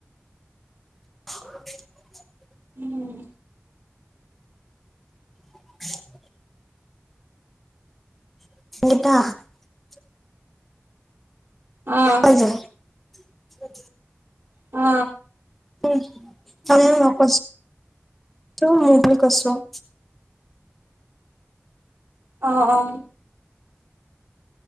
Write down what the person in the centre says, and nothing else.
<unintelligible>
<unintelligible> <unintelligible> <unintelligible>
<unintelligible>
উম মইও নকৈছো ত মোৰ বুলি কৈছো।